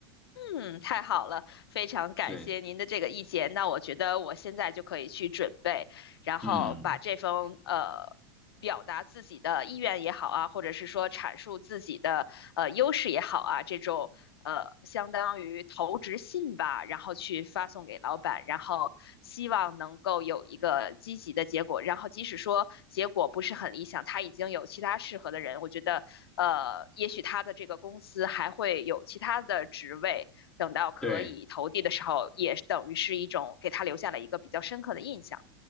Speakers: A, on the left (about 80°); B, in the centre.
A: 嗯，太好了，非常感谢您的这个意见。
B: 对，
A: 那我觉得我现在就可以去准备，然后把这封呃
B: 嗯，
A: 表达自己的意愿也好啊，或者是说阐述自己的呃优势也好啊，这种呃相当于投职信吧，然后去发送给老板，然后希望能够有一个积极的结果。然后即使说结果不是很理想，他已经有其他适合的人，我觉得呃，也许他的这个公司还会有其他的职位。等到可以投递的时候，
B: 对。
A: 也等于是一种给他留下了一个比较深刻的印象。